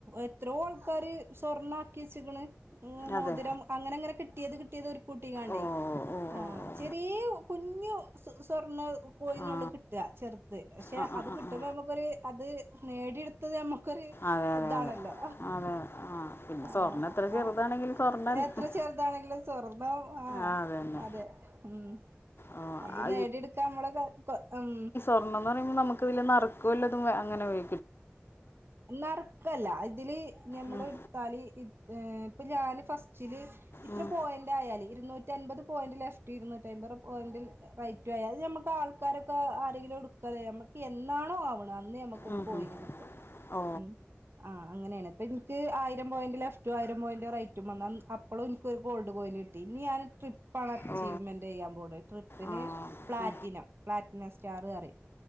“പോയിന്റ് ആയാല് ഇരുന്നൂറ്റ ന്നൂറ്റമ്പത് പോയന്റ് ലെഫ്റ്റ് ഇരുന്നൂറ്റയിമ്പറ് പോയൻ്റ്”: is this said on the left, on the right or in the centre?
Right